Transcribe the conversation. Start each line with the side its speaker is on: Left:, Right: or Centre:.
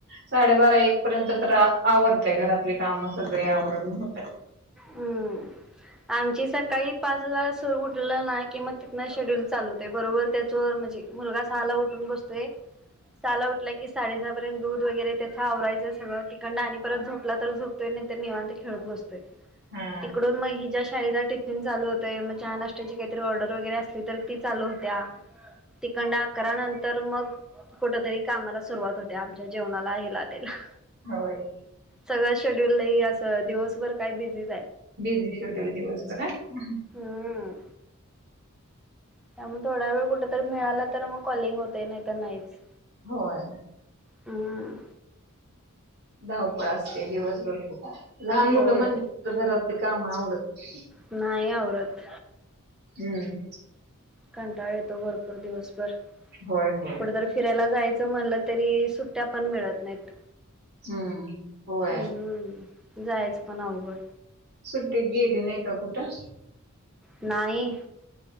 Right: साडेबारा एक पर्यत तर आवरतंय घरातली काम सगळे आवरून होत्यात.
Centre: हम्म, आमची स सकाळी पाचला सो उठलं ना, की मग तिथनं शेड्युल चालू होतं बरोबर त्याचो म्हणजे मुलगा सहाला उठून बसतोय. सहाला उठला की साडे सहापर्यंत दूध वगैरे त्याच आवरायचं सगळ तिकडन आणि परत झोपला तर झोपतोय नाहीतर निवांत खेळत बसतोय.
Right: हा
Centre: तिकडून मग हिच्या शी शाळेचा टिफिन चालू होतंय. मग चहा नाश्त्याची काहीतर ऑर्डर वगैरे असली तर ती चालू होत्या. ‌ तिकनडाक अकरा नंतर मग कुठतरी कामाला सुरुवात होते. आमच्या जेवणाला यालात्याला
Right: होय.
Centre: सगळं शेड्यूल लई असं दिवसभर काय बिझी
Right: बिझी शेड्युल दिवसभर आ हा..
Centre: हम्म त्यामुळे थोडा वेळ कुठतरी मिळाला तर मग कॉलिंग होते नाही त नाहीच.
Right: होय.
Centre: हम्म
Right: धावपळ असते दिवसभर खूप लहान मुलं
Centre: होय
Right: <unintelligible> घरातली काम आवरत
Centre: नाही आवरत.
Right: हम्म,
Centre: कंटाळ येतो भरपूर दिवसभर
Right: होय होय
Centre: कुठे तर फिरायला जायचं. चं म्हणलं तरी सुट्ट्या पण मिळत नाहीत.
Right: हम्म होय
Centre: हम्म, जायचं पण अवघड
Right: सुट्टीत गेली नाही का कुठं?
Centre: नाही.